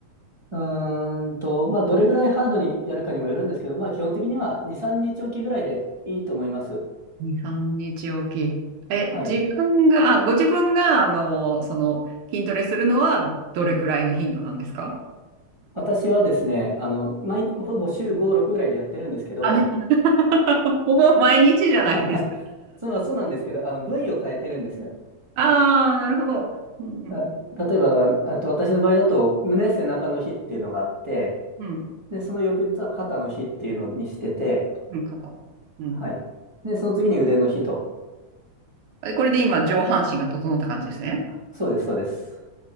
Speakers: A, on the right (about 45°); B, on the right (about 80°).
A: うーんと、まあ、どれぐらいハードにやるかにもよるんですけど、まあ、基本的には2、3日おきぐらいでいいと思います。
B: 2、3日おき。え、
A: はい。
B: 自分が、あ、ご自分が、あの、その、筋トレするのはどれくらいの頻度なんですか
A: 私はですね、あの、毎、ほぼ週5、6ぐらいでやってるんですけど、
B: あの <laughs> ほぼ毎日じゃないです
A: <laughs> そうそうなんですけど、あの、部位を変えてるんですね。
B: ああ、なるほど。うん、うん、
A: あ例えばだから、あと私の場合だと、胸、背中の日っていうのがあって、
B: うん、
A: で、その翌日は肩の日っていうのにしてて、
B: うん、肩。うん。
A: はい。で、その次に腕の日と。
B: えこれで今、上半身が整った感じですね。
A: あ、そうです、そうです。